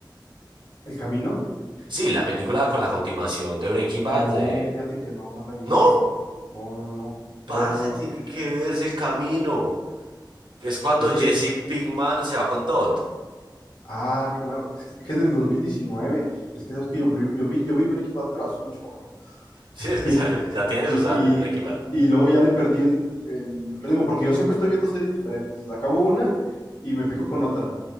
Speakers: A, on the left; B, on the right.
A: ¿El camino?
B: Sí, la película con la continuación de Breaking
A: No,
B: Bad. de-
A: fíjate que no, no la he visto.
B: No,
A: No, no, no, no. A
B: parce,
A: ver, no, no.
B: tiene que verse El Camino, que es cuando
A: Este,
B: Jesse
A: eh,
B: Pinkman se va con Todd.
A: ah, que una- es que es del 2019. Es que sabes que yo, vi- yo vi, yo vi Breaking Bad, pero hace un chorro.
B: Sí,
A: <laughs>
B: es que <laughs> sabe, ya tiene
A: Y,
B: sus años Breaking
A: y,
B: Bad.
A: y luego ya le perdí el, el ritmo, porque yo siempre estoy viendo series diferentes. Acabo una y me pico con otra.